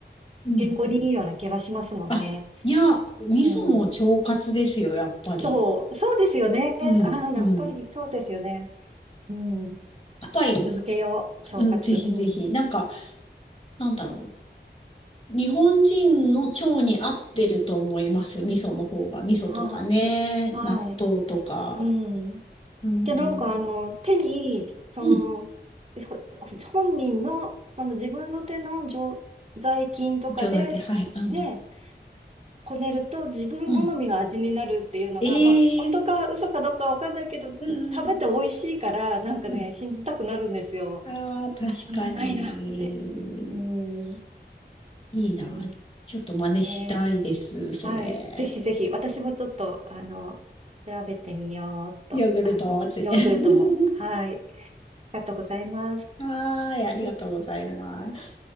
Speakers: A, on the left; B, on the right.
A: うん。うん
B: 健康にいいような気がしますもんね。
A: あ、いや、味噌も腸活ですよ、
B: うん。
A: やっぱり。
B: そう、そうですよね。
A: うん、
B: ああ、やっぱりそうですよね。
A: うん。
B: うん。
A: パパイヤ
B: 続けよう、
A: うん、
B: 腸活。
A: ぜひぜひ。
B: うん。
A: なんか、なんだろう。日本人の腸に合ってると思います。
B: うん。
A: 味噌の方が。味噌とかね、
B: ああ。
A: 納豆とか。
B: はい。うん。
A: うんうん。
B: で、なんかあの、手に、その、
A: うん。
B: ほ本人の、その自分の手の常在菌とかで、
A: 一応だけ。はい。うん。
B: ね、こねると自分好みの味になるっていうのが、
A: うん。え
B: まあ、本当か嘘かどうかわかんないけど、
A: えーうんうん。
B: 食べて美味しいから、なんかね、
A: うん。
B: 信じたくなるんですよ。
A: ああ、確かに。
B: <laughs> うまいなって。うん。う
A: いいな。
B: ん、
A: ちょっと真似したいです、
B: えー
A: それ。
B: はい。ぜひぜひ、私もちょっと、あの、調べてみようっと。
A: ヨーグルト味。
B: あの、ヨーグルトも。
A: <laughs>
B: はい。ありがとうございます。
A: はーい、ありがとうございます。